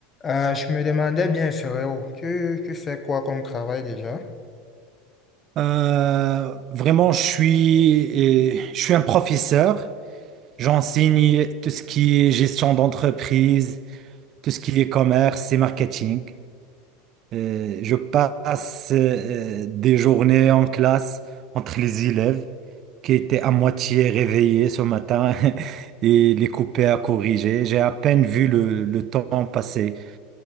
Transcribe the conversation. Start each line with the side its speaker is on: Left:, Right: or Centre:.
Left: Euh, je me demandais bien, frérot, tu, tu fais quoi comme travail déjà?
Right: Euh, vraiment, je suis, et- je suis un professeur. J'enseigne tout ce qui est gestion d'entreprise, tout ce qui est commerce et marketing. Euh, je passe euh, des journées en classe entre les élèves qui étaient à moitié réveillés ce matin <laughs> et les couper à corriger. J'ai à peine vu le, le temps passer.